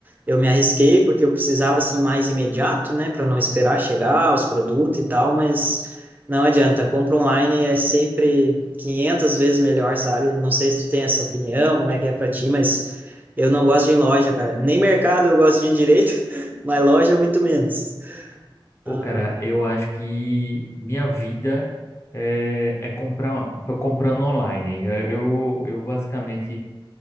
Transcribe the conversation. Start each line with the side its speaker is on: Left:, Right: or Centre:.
Right: eu me arrisquei porque eu precisava assim mais imediato, né, para não esperar chegar os produtos e tal, mas. Não adianta, compra online é sempre 500 vezes melhor, sabe? Eu não sei se tu tem essa opinião, como é que é pra ti, mas eu não gosto de ir em loja, cara. Nem mercado eu gosto de ir direito, <laughs> mas loja é muito menos.
Left: Pô,
Right: Não,
Left: cara,
Right: não.
Left: eu acho que minha vida é, é comprar, tô comprando online. É, Eu, eu basicamente,